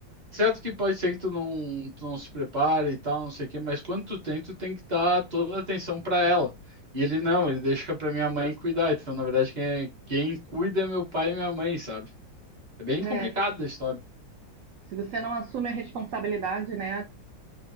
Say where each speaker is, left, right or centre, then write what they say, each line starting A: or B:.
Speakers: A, on the right; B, on the right.
A: certo que pode ser que tu não, tu não se prepare e tal, não sei o quê, mas quando tu tem, tu tem que dar toda a atenção para ela. E ele não, ele deixa pra minha mãe cuidar. Então, na verdade, quem, é- quem cuida é meu pai e minha mãe, sabe? É bem
B: É,
A: complicada
B: se,
A: a história.
B: se você não assume a responsabilidade, né?